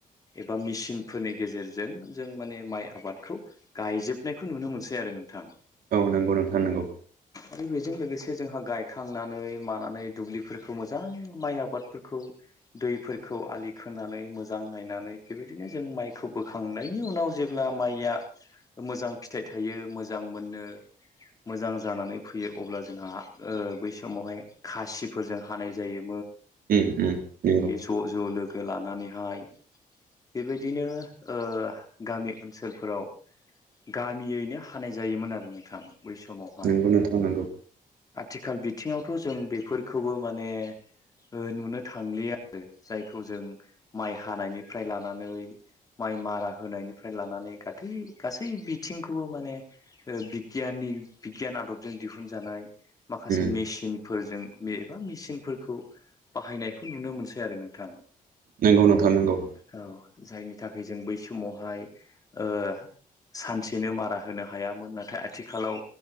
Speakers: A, on the left; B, on the right.
A: एबा मेचिनफोरनि गेजेरजों जों माने माइ आबादखौ गायजोबनायखौ नुनो मोनसै आरो नोंथां।
B: औ नंगौ नोंथां नंगौ
A: आरो बेजों लोगोसे जोंहा गायखांनानै मानानै दुब्लिफोरखौ मोजां माइ आबादफोरखौ दैफोरखौ आलि खोनानै मोजां नायनानै बेबायदिनो जों माइखौ बोखांनायनि उनाव जेब्ला माइया मोजां फिथाइ थायो मोजां मोनो मोजां जानानै फैयो अब्ला जोंहा ओ बै समावहाय खासिफोरजों हानाय जायो‌।
B: उम उम नोंगौ <unintelligible>
A: ज' ज' लोगो लानानैहाय बेबायदिनो ओ-गामि ओनसोलफोराव गामियैनो हानाय जायोमोन आरो नोंथां बै समावहाय‌।
B: औ नोंथा नोंगौ
A: आथिखाल बिथिङावथ' जों बेफोरखौबो माने ओ नुनो थांलि आरो जायखौ जों माइ हानायनिफ्राय लानानै माइ मारा होनायनिफ्राय लानानै गाथै गासै बिथिंखौबो माने ओ बिगियान नि बिगियान आदबजों दिहुनजानाय। माखासे
B: उम
A: मेचिनफोरजों बेबा मेचिनफोरखौ बाहायनायखौ नुनो मोनसै आरो नोंथां।
B: नोंगौ नोंथां नोंगौ
A: औ जायनि थाखाय जों बै समावहाय ओ सानसेनो मारा होनो हायामोन नाथाय आथिखालाव